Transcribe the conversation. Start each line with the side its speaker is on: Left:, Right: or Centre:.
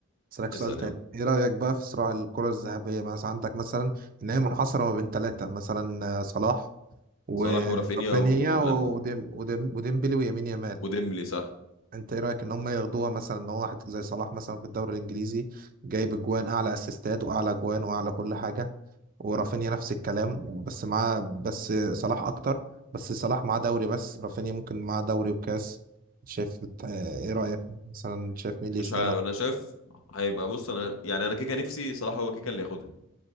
Right: اسالك سؤال
Left: اسأل
Right: تاني
Left: يعني
Right: ايه رايك بقى في صراع الكره الذهبيه مثلا عندك مثلا ان هي منحصره ما بين ثلاثه مثلا آه، صلاح ورافينيا
Left: صلاح ورافينيا ولم
Right: وديم وديم وديمبلي ويمين يامال
Left: وديمبلي صح
Right: انت ايه رايك ان هم ياخدوها مثلا ان هو واحد زي صلاح مثلا في الدوري الانجليزي جايب اجوان اعلى اسيستات واعلى اجوان واعلى كل حاجه ورافينيا نفس الكلام بس معاه بس صلاح اكتر بس صلاح معاه دوري بس رافينيا ممكن معاه دوري وكاس شايف انت- آه، ايه رايك مثلا شايف مين اللي
Left: مش
Right: يستاهلها
Left: عارف انا شايف هيبقى بص انا يعني انا كيكا نفسي صلاح هو كيكا اللي ياخدها